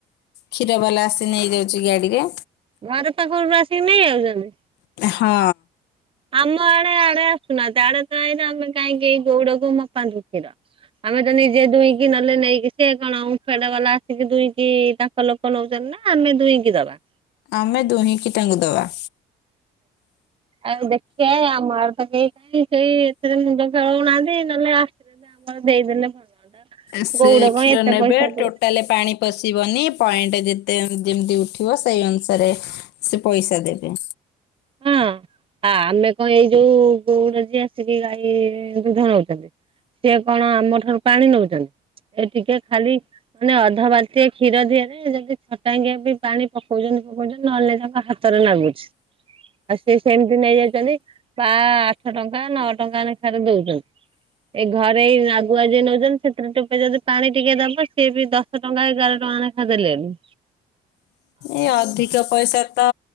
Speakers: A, on the left (about 85°); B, on the right (about 30°).
A: କ୍ଷୀରବାଲା ଆସି ନେଇଯାଉଚି ଗାଡ଼ିରେ।
B: ଘର ପାଖରୁ ଆସିକି ନେଇ ଯାଉଛନ୍ତି?
A: ହଁ।
B: ଆମ ଆଡେ ଆଡେ ଆସୁନାହାନ୍ତି ଆଡେ ତ ଆଇଲେ ଆମେ କାହିଁକି ଏଇ ଗଉଡକୁ ମପାନ୍ତୁ କ୍ଷୀର। ଆମେ ତ ନିଜେ ଦୁଇଁକି ନହଲେ ନେଇକି ସେ କଣ ଓମଫେଡ ବାଲା ଆସିକି ଦୁଇଁକି ତା ଲୋକ ନଉଛନ୍ତି ନା ଆମେ ଦୁଇକି ଦବା।
A: ଆମେ ଦୁହିଁକି ତାଙ୍କୁ ଦବା।
B: ଆଉ ଦେଖି ଆଉ ଆମ ଆଡ। ତ କାଇଁ ସେଇ ଏଥିରେ ମୁଣ୍ଡ ଖେଳଉନାହାନ୍ତି ନହେଲେ ଆସି ଆମର ଦେଇଦେଲେ ଭଲ। ହୁଅନ୍ତା।
A: ସେ
B: ଗଉଡ କଣ
A: କ୍ଷୀର
B: ଏତେ
A: ନେବେ
B: ପଇସା ଦଉ
A: ଟୋଟଲେ ପାଣି ପଶିବନି ପଏଣ୍ଟ ଯେତେ ଯେମିତି ଉଠିବ ସେଇ ଅନୁସାରେ ସେ ପଇସା ଦେବେ।
B: ହଁ ଆ ଆମେ କଣ ଏଇ ଯୋଉ ଗୋଉଡ ଯିଏ ଆସିକି ଗାଈ ଦୁଧ ନଉଛନ୍ତି। ସିଏ କଣ ଆମ ଠାରୁ ପାଣି ନଉଛନ୍ତି ଏ ଟିକେ ଖାଲି‌। ମାନେ ଅଧ ବାଲଟିଏ କ୍ଷୀର ଦିଆଯାଏ ଯଦି ଛଟାଙ୍କିଆ ବି ପାଣି ପକଉଛନ୍ତି ପକଉଛନ୍ତି ନହେଲେ ତାଙ୍କ ହା ତର ନାଗୁଛି‌।। ଆଉ ସେ ସେମିତି ନେଇଯାଇଛନ୍ତି ପା ଆଠ ଟଙ୍କା ନଅ ଟଙ୍କା ଲେଖାରେ ଦଉଛନ୍ତି‌। ଏ ଘରେ ଏଇ ଆଗୁଆ ଯିଏ ନେଉଛନ୍ତି ସେଥିରେ ଟୋପେ ଯଦି ପାଣି ଟିକିଏ ଦବ ସିଏ ବି ଦ ଶ ଟଙ୍କା ଏଗାର ଟଙ୍କା ନାଖା ଦେଲେନି।
A: ଏଇ ଅଧିକ ପଇସା ତ